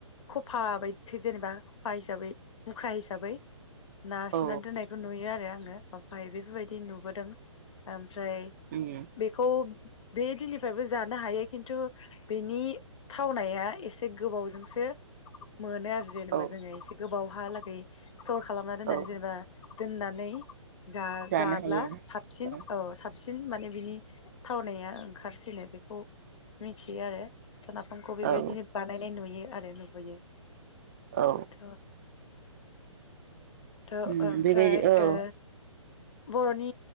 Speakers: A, on the left; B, on the right.
A: खफा बायद जेनेबा खफा हिसाबै मुख्रा हिसाबै ना
B: औ
A: सोनानै दोननायखौ नुय <unintelligible> आरो आङो ओफाय बे बेफोरबायदि नुबोदों ओम फ्राय
B: उम
A: बेखौ बे दिननिफ्रायबो जानो हायो खिन्थु बिनि थावनाया एसे गोबावजोंसो मोनो आरो जेनेबा
B: औ
A: जोंङो एसे गोबाव हालागै स्टर खालामना दोननाय
B: औ
A: जेनेबा दोननानै जा जाब्ला
B: जानो हायो
A: साबसिन
B: ओ
A: औ साब सिन माने बिनि थावनाया ओंखारसिनो बेखौ मिथियो आरो। थ' नाफामखौ बेबायदिनो
B: औ
A: बानायनाय नुयो। आरो नुबोयो
B: औ
A: <unintelligible> औ थ'
B: उम
A: ओमफ्राय
B: बेबायदि औ
A: ओ बर'नि